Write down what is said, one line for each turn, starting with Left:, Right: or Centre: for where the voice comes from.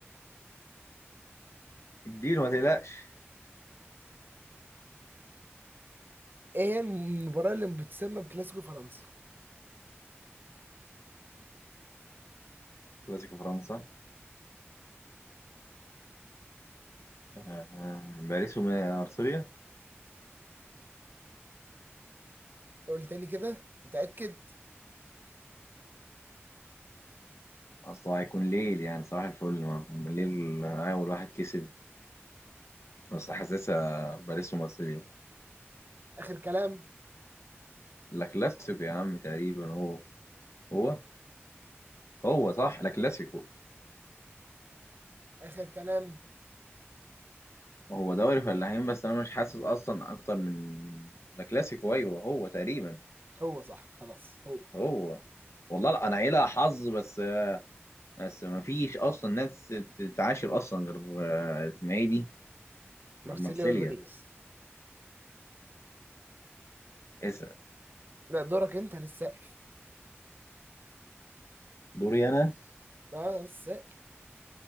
Left: اديله ما تقلقش
Right: ايه هي المباراه اللي بتسمى بكلاسيكو فرنسا
Left: كلاسيكو فرنسا <laughs> آه، آه، باريس وأرسنال
Right: قول تاني كده متاكد
Left: أصل هو هيكون ليل يعني صباح الفل ما- الليل أول واحد كسب بس حاسسها باريس ومارسيليا
Right: اخر كلام
Left: لا كلاسيكو يا عم تقريبا هو هو هو صح لا كلاسيكو
Right: اخر كلام
Left: هو دوري فلاحين بس انا مش حاسس اصلا اكتر من لا كلاسيكو ايوه هو تقريبا
Right: هو صح خلاص هو
Left: هو والله لا انا عيلة حظ بس بس ما فيش اصلا ناس تتعاشر اصلا غير آه، اسمها ايه دي
Right: مارسيليا
Left: غير مارسيليا
Right: والباريس
Left: اسا
Right: لا دورك انت للسائل
Left: دوري انا
Right: لا السائل